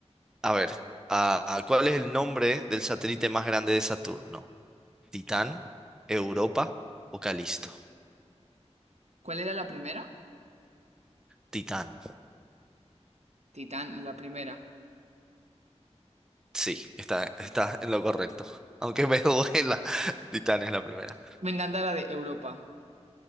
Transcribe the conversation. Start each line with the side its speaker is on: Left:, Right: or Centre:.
Centre: a ver, ah, ah, ¿cuál es el nombre del satélite más grande de Saturno? ¿Titán, Europa o Calisto?
Right: ¿Cuál era la primera?
Centre: Titán,
Right: Titán, la primera.
Centre: sí, está, está en lo correcto. Aunque me <laughs> duela, Titán es la primera.
Right: Me encanta la de Europa.